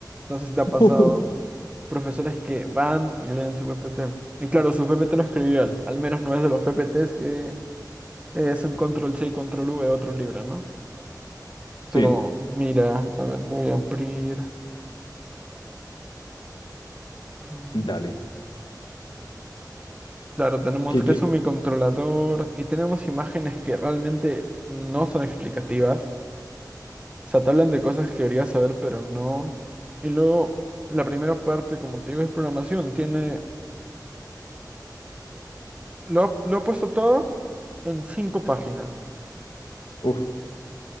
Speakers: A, on the right; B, on the left.
A: No sé si te ha pasado.
B: <laughs>
A: Profesores que van y leen su PPT. Y claro, su PPT lo escribió trivial, al menos no es de los PPTs que Es un control C y control V, otro libro, ¿no?
B: Sí,
A: Pero mira, a ver, lo voy a abrir. Con-
B: dale.
A: Claro, tenemos
B: ¿Qué,
A: que
B: qué?
A: es un microcontrolador y tenemos imágenes que realmente no son explicativas. O sea, te hablan de cosas que deberías saber, pero no. Y luego, la primera parte, como te digo, es programación. Tiene. Lo, lo he puesto todo en cinco páginas.
B: Uf,